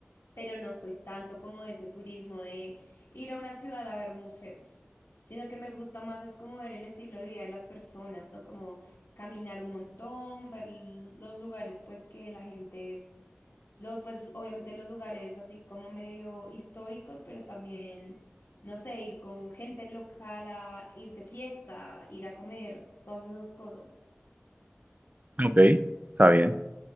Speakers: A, on the left; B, on the right.
A: pero no soy tanto como de ese turismo de ir a una ciudad a ver museos, sino que me gusta más es como ver el estilo de vida de las personas, ¿no? Como caminar un montón, ver los lugares pues que la gente los, pues obviamente los lugares así como medio históricos, pero también, no sé, ir con gente local a ir de fiesta, ir a comer, todas esas cosas.
B: Ok, está bien.